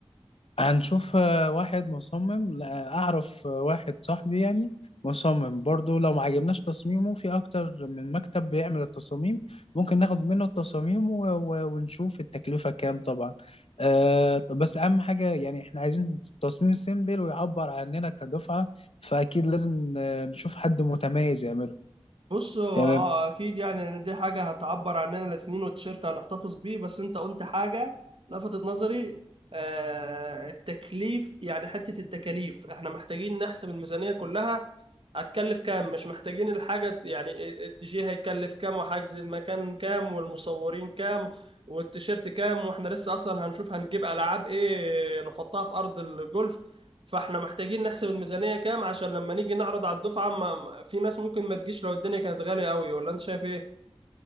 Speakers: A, on the left; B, on the right.
A: هنشوف آه، واحد مصمم لا، أعرف آه، واحد صاحبي يعني مصمم برضو لو ما عجبناش تصميمه في أكتر من مكتب بيعمل التصاميم ممكن ناخد منه التصاميم و... و... ونشوف التكلفة كام طبعا أه طب بس أهم حاجة يعني إحنا عايزين تصميم سيمبل ويعبر عننا كدفعة فأكيد لازم آه، نشوف حد متميز يعمله
B: بص هو
A: تمام
B: اه اكيد يعني ان دي حاجه هتعبر عننا لسنين والتيشيرت هنحتفظ بيه بس انت قلت حاجه لفتت نظري آه التكليف يعني حته التكاليف احنا محتاجين نحسب الميزانيه كلها هتكلف كام مش محتاجين الحاجة يعني الدي جي هيكلف كام وحجز المكان كام والمصورين كام والتيشيرت كام واحنا لسه اصلا هنشوف هنجيب العاب ايه نحطها في ارض الجولف فاحنا محتاجين نحسب الميزانية كام عشان لما نيجي نعرض على الدفعة ما في ناس ممكن ما تجيش لو الدنيا كانت غالية قوي ولا انت شايف ايه